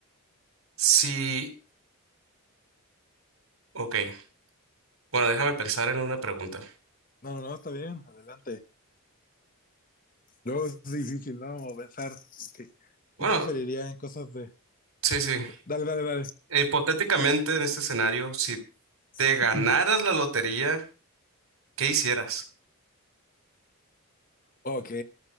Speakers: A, on the right (about 75°); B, on the left (about 40°).
A: Sí, ok. Bueno, déjame pensar en una pregunta.
B: No, no, está bien, adelante. Luego es difícil, ¿no? Como Pensar que,
A: Bueno,
B: qué preferiría en cosas de...
A: Sí, sí.
B: Dale, dale, dale.
A: E Hipotéticamente, en este escenario, si te
B: <clears throat>
A: ganaras la lotería, ¿qué hicieras?
B: Ok.